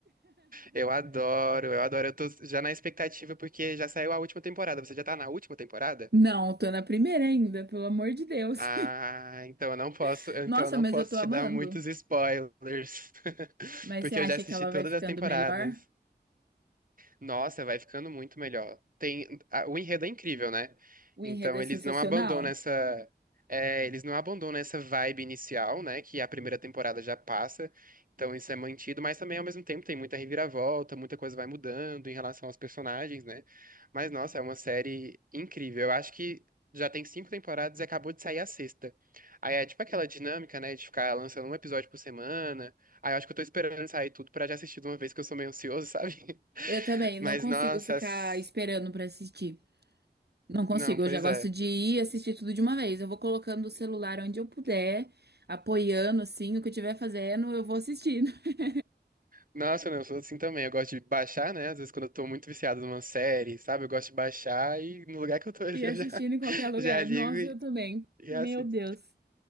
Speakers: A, on the right; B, on the right.
A: Eu adoro, eu adoro. Eu tô já na expectativa porque já saiu a última temporada. Você já tá na última temporada?
B: Não, tô na primeira ainda, pelo amor de Deus.
A: Ah, então eu não posso,
B: <laughs>
A: então
B: Nossa,
A: eu não
B: mas
A: posso
B: eu tô
A: te
B: amando.
A: dar muitos spoilers, <laughs>
B: Mas
A: porque
B: você acha
A: eu já assisti
B: que ela
A: todas
B: vai ficando
A: as temporadas.
B: melhor?
A: Nossa, vai ficando muito melhor. Tem, a- o enredo é incrível, né?
B: O
A: Então
B: enredo é
A: eles
B: sensacional.
A: não abandonam essa, é, eles não abandonam essa vibe inicial, né? Que a primeira temporada já passa. Então isso é mantido, mas também ao mesmo tempo tem muita reviravolta, muita coisa vai mudando em relação aos personagens, né? Mas nossa, é uma série incrível. Eu acho que já tem cinco temporadas e acabou de sair a sexta. Aí é tipo aquela dinâmica, né? De ficar lançando um episódio por semana. Aí eu acho que eu tô esperando sair tudo pra já assistir de uma vez, que eu sou meio ansioso, sabe? <laughs>
B: Eu também
A: Mas,
B: não consigo
A: nossa,
B: ficar
A: as-
B: esperando pra assistir. Não consigo,
A: não, pois
B: eu já gosto
A: é.
B: de ir assistir tudo de uma vez. Eu vou colocando o celular onde eu puder, apoiando assim, o que eu estiver fazendo, eu vou assistindo. <laughs>
A: Nossa, não, eu sou assim também. Eu gosto de baixar, né? Às vezes quando eu tô muito viciado numa série, sabe? Eu gosto de baixar e no lugar que eu tô ali
B: E
A: eu
B: assistindo
A: já,
B: em qualquer
A: <laughs>
B: lugar.
A: já ligo
B: Nossa,
A: e,
B: eu também.
A: e
B: Meu
A: assisto.
B: Deus.